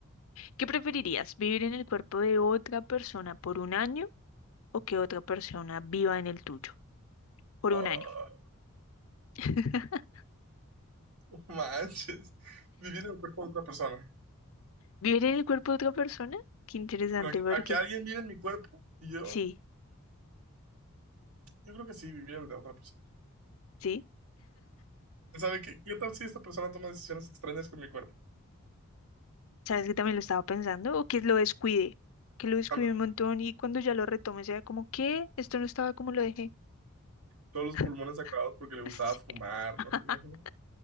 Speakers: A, on the left; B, on the right.
A: ¿qué preferirías? ¿Vivir en el cuerpo de otra persona por un año? o que otra persona viva en el tuyo por
B: Oh,
A: un año. <laughs>
B: no manches. Vivir en el cuerpo de otra persona.
A: ¿Vivir en el cuerpo de otra persona? Qué interesante,
B: Pero a, que
A: porque
B: a que alguien vive en mi cuerpo y yo,
A: sí,
B: yo creo que sí, vivir en el de otra persona.
A: sí.
B: ¿Sabe qué, qué tal si esta persona toma decisiones extrañas con mi cuerpo?
A: ¿Sabes que también lo estaba pensando? O que lo descuide, que lo descuide
B: Ándale.
A: un montón y cuando ya lo retome sea como, ¿qué? Esto no estaba como lo dejé.
B: Todos los
A: <laughs>
B: pulmones acabados porque le gustaba
A: Sí.
B: fumar,
A: <laughs>
B: ¿no? ¿Te imaginas?